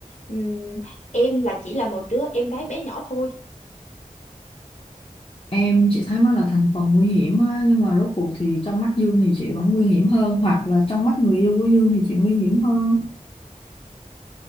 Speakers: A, on the left; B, on the left.
A: ừm, em là chỉ là một đứa em gái bé nhỏ thôi.
B: em chỉ thấy mới là thành phần nguy hiểm á nhưng mà rốt cuộc thì trong mắt Dương thì chị vẫn nguy hiểm hơn hoặc là trong mắt người yêu của Dương thì chị nguy hiểm hơn